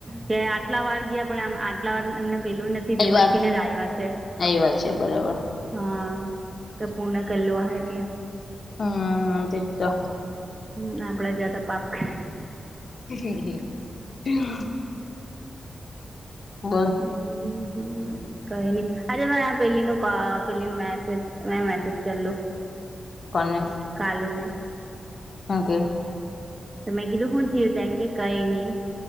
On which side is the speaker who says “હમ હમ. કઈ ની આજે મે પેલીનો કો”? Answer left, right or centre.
Right